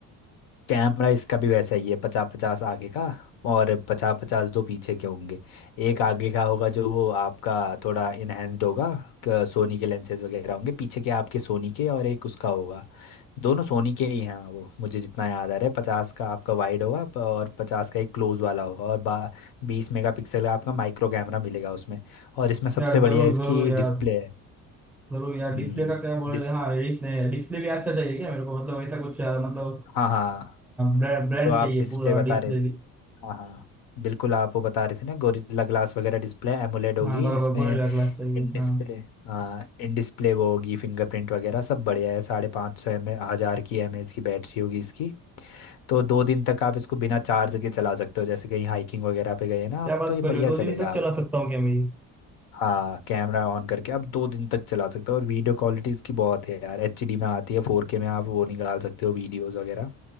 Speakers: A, on the left (about 85°); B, in the centre.
A: कैमरा इसका भी वैसा ही है पचास पचास आगे का और पचास पचास दो पीछे के होंगे एक आगे का होगा जो वो आपका थोड़ा इनहेंस्ड होगा क- सोनी के लेंसेज वगैरह होंगे पीछे के आपके सोनी के और एक उसका होगा दोनों सोनी के ही हैं वो मुझे जितना याद आ रहा है पचास का आपका वाइड होगा प- और पचास का एक क्लोज वाला होगा और बा बीस मेगापिक्सल का आपका माइक्रो कैमरा मिलेगा उसमें और इसमें सबसे
B: यार
A: बढ़िया
B: जरूर
A: इसकी
B: जरूर यार
A: डिस्प्ले है
B: जरूर यार
A: हम्म
B: डिस्प्ले का क्या बोल
A: डिस
B: रहे हैं हाँ डिस्प्ले डिस्प्ले भी अच्छा चाहिए क्या मेरे को मतलब ऐसा कुछ आ, मतलब
A: हाँ हाँ
B: ब्रांड ब्रांड
A: जो आप
B: चाहिए
A: डिस्प्ले
B: पूरा
A: बता
B: डिस्प्ले
A: रहे थे
B: भी
A: हाँ हाँ बिल्कुल आप वो बता रहे थे ना गोरिल्ला ग्लास वगैरह डिस्प्ले एमोलेड होगी
B: हाँ बराबर
A: इसमें
B: गोरिल्ला ग्लास चाहिए
A: इन डिस्प्ले
B: हाँ
A: हाँ इन डिस्प्ले वो होगी फिंगरप्रिंट वगैरह सब बढ़िया है साढ़े पाँच सौ एम ए हज़ार की एम एच की बैटरी होगी इसकी तो दो दिन तक आप इसको बिना चार्ज के चला सकते हो जैसे कहीं हाइकिंग वगैरह पे गए ना आप
B: क्या बात
A: तो ये
B: कर
A: बढ़िया
B: रहे हो दो
A: चलेगा
B: दिन तक
A: आपका
B: चला सकता हूँ क्या मैं ये?
A: हाँ कैमरा ऑन करके आप दो दिन तक चला सकते हो और वीडियो क्वालिटी इसकी बहुत है यार एचडी में आती है फोर के में आप वो निकाल सकते हो वीडियोस वगैरह